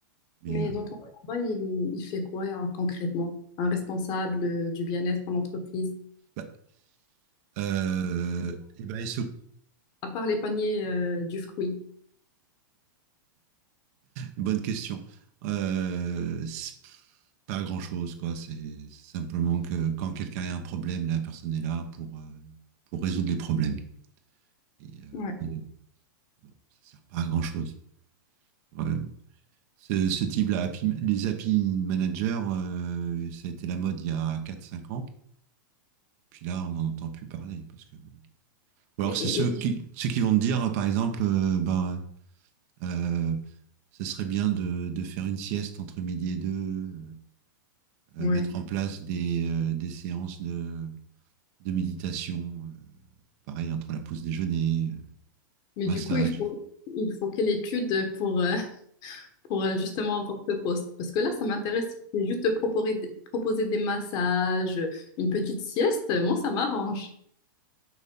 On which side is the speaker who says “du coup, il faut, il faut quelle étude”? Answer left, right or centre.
Left